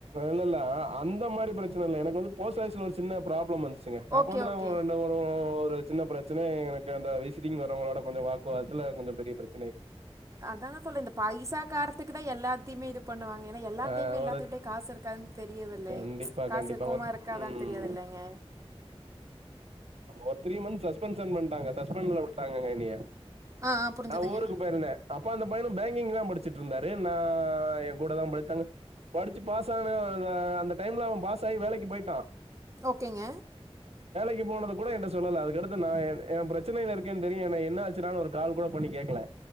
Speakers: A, on the right; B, on the right.
A: இல்லல்ல அந்த மாரி பிரச்சனை இல்ல எனக்கு வந்து போஸ்ட் ஆபிஸ்ல ஒரு சின்ன ப்ராப்ளம் வந்துச்சு ச்சுங்க அப்ப
B: ஓகே
A: வந்து நாங்க
B: ஓகே
A: ரெண்டு ஒரு சின்ன பிரச்சனை எனக்கு அந்த விசிட்டிங் வரவங்களோட கொஞ்சோ வாக்குவாதத்தில கொஞ்சோ பெரிய பிரச்
B: அதான சொல்றே இந்த பைசா காரணத்துக்கு தா எல்லாத்தையுமே இது பண்ணுவாங்க ஏன்னா எல்லா
A: ஆ
B: டைமே எல்லாத்துட்டயு
A: ஒரு
B: காசு இருக்காதுன் தெரியதில்ல
A: கண்டிப்பா
B: காசு
A: கண்டிப்பா
B: இருக்கோமா
A: ஒரு
B: இருக்காதா
A: ம்
B: தெரியாதுல்லங்க
A: ஒரு த்ரீ மந்த் சஸ்பென்ஷன் பண்ணிட்டாங்க சஸ்பென்ல உட்டாங்கங்க என்னய
B: ஆ ஆ புரிஞ்சுதுங்க
A: நா ஊருக்கு போயிருந்தே அப்ப அந்த பயனு பேங்கிங்தா படிச்சுட் இருந்தாரு நா எ கூட தா படித்தாங்க படிச்சு பாஸ் ஆனா அந்த டைம்ல அவன் பாஸ் ஆயி வேலைக்கு போய்ட்டா
B: ஓகேங்க
A: வேலைக்கு போனது கூட ஏன்ட சொல்லல அதுக்கடுத்து நான் ஏ பிரச்சனைள இருக்கேன் தெரியு என்னாச்சுனாளு ஒரு கால் கூட பண்ணி கேக்கல